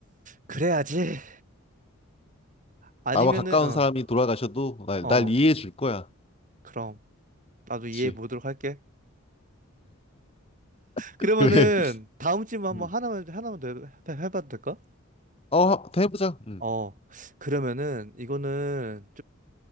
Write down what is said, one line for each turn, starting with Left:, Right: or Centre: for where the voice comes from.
Right: 그래야지. 아니면은
Left: 나와 가까운
Right: 어.
Left: 사람이 돌아가셔도 날,
Right: 어.
Left: 날 이해해 줄 거야.
Right: 그럼 나도 이해해
Left: 그치.
Right: 보도록 할게.
Left: <laughs>
Right: 그러면은
Left: 그래.
Right: 다음 질문 한번
Left: 음.
Right: 하나만 하나만 더 해- 해봐도 될까?
Left: 어, 더 해보자. 음,
Right: 어 그러면은 이거는